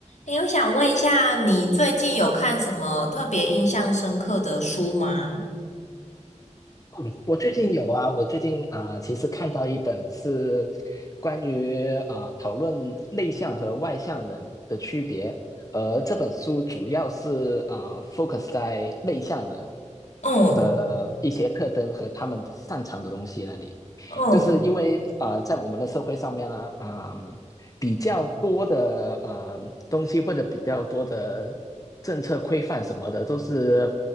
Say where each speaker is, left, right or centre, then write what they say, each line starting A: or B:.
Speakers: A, on the left; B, on the left.
A: 诶，我想问一下，你最近有看什么特别印象深刻的书吗？
B: 嗯，我最近有啊，我最近啊、呃其实看到一本是关于啊、呃讨论内向和外向人的区别，而这本书主要是啊、呃 focus 在内向人
A: 嗯
B: 的一些特征和他们擅长的东西那里，
A: 嗯
B: 就是因为啊在我们的社会上面呢、啊，嗯、比较多的呃东西或者比较多的政策规范什么的，都是